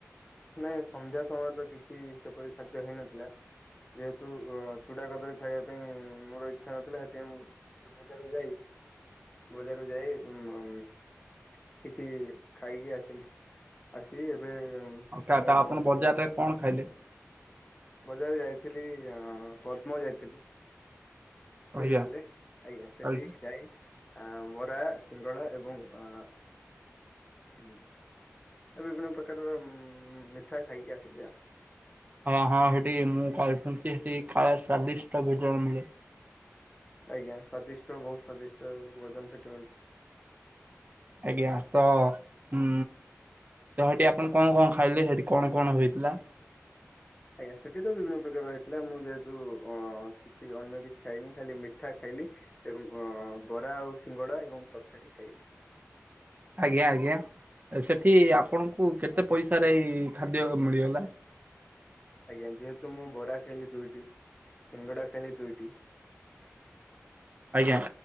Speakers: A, on the left; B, on the right.
A: ନାଇଁ ସନ୍ଧ୍ୟା ସମୟରେ ତ କିଛି ସେପରି ଖାଦ୍ୟ ହେଇନଥିଲା। ଯେହେତୁ ଚୁଡା କଦଳୀ ଖାଇବା ପାଇଁ ମୋର ଇଚ୍ଛା ନଥିଲା ହେଥିପାଇଁ ମୁଁ। ଟିକେ ବଜାରକୁ ଯାଇ ବଜାର ଯାଇ ଉଁ ହମ୍। କିଛି ଖାଇକି ଆସିଲି। ଆସିକି ଏବେ।
B: ଓକେ ଆଟା
A: ମୁଁ
B: ଆପଣ
A: ବସି
B: ବଜାରରେ କଣ ଖାଇଲେ?
A: ବଜାରରେ ଯାଇଥିଲି ପଦ୍ମ ଯାଇଥିଲି।
B: ଆଜ୍ଞା
A: ବୁଝିପାରିଲେ ଆଜ୍ଞା ସେଠିକି
B: କାଲି?
A: ଯାଇ ଆ ବରା ସିଙ୍ଗଡା ଏବଂ ଅ। ହୁଁ ଏ ବିଭିନ୍ନ ପ୍ରକାରର ଉ ମିଠା ଖାଇକି ଆସିଲି ଆଉ।
B: ଆଜ୍ଞା ହଁ ହେଠି ମୁଁ ଖାଏ ଶୁଣିଛି ହେଠି ଖାଇବା ସ୍ୱାଦିଷ୍ଟ ଭୋଜନ ମିଳେ।
A: ଆଜ୍ଞା ସ୍ଵାଦିଷ୍ଟ ବହୁ ସ୍ଵାଦିଷ୍ଟ ଭଜନ ସେଠି ମିଳେ।
B: ଆଜ୍ଞା ତ ହୁଁ। ତ ହେଠି ଆପଣ କଣ କଣ ଖାଇଲେ ହେଠି କଣ କଣ ହୋଇଥିଲା?
A: ଆଜ୍ଞା ସେଠି ତ ବିଭିନ୍ନ ପ୍ରକାର ହେଇଥିଲା ମୁଁ ଯେହେତୁ ଅଁ। କିଛି ଅନ୍ୟ କିଛି ଖାଇନି ଖାଲି ମିଠା ଖାଇଲି। ଏବଂ ଅ ବରା ଆଉ ସିଙ୍ଗଡା ଏବଂ ତରକାରୀ ଖାଇଲି।
B: ଆଜ୍ଞା ଆଜ୍ଞା ସେଠି ଆପଣଙ୍କୁ କେତେ ପଇସାରେ ଏଇ ଖାଦ୍ୟ ମିଳିଗଲା?
A: ଆଜ୍ଞା ଯେହେତୁ ମୁଁ ବରା ଖାଇଲି ଦୁଇଟି ସିଙ୍ଗଡା ଖାଇଲି ଦୁଇଟି।
B: ଆଜ୍ଞା